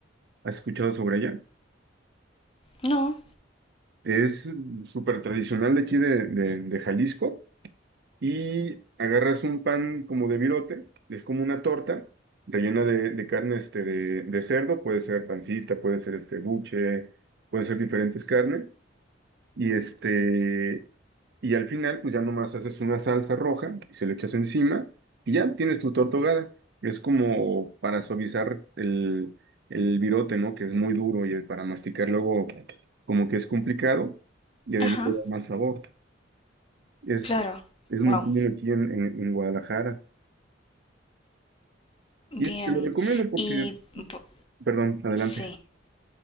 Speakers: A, on the right (about 60°); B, on the left (about 30°).
A: ¿Has escuchado sobre ella?
B: No,
A: Es súper tradicional de aquí de, de, de Jalisco. Y agarras un pan como de virote, es como una torta rellena de, de carne este, de, de cerdo, puede ser pancita, puede ser este buche, pueden ser diferentes carnes. Y este, y al final, pues ya nomás haces una salsa roja y se lo echas encima y ya tienes tu torta ahogada. Es como para suavizar el, el virote ¿no? Que es muy duro y el- para masticar luego como que es complicado y además
B: ajá,
A: le da más sabor. Es,
B: claro.
A: es muy
B: Wow,
A: común aquí en, en- en Guadalajara.
B: bien.
A: Y es- te lo recomiendo porque,
B: Y po-
A: perdón, adelante.
B: sí. <laughs>